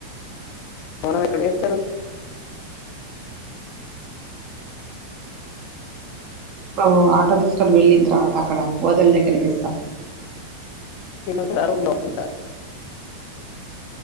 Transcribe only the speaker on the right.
బ ఆటో తీసుకొని వెళ్ళిన తర్వాత అక్కడ ఓదల దగ్గర చేస్తాం